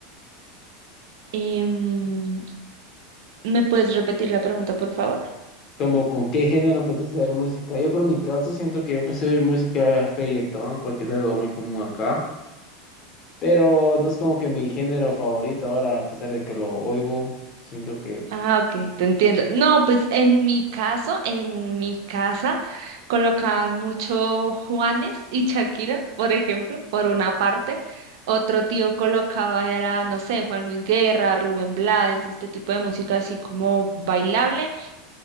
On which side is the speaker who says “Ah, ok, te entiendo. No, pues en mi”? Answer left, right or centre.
Right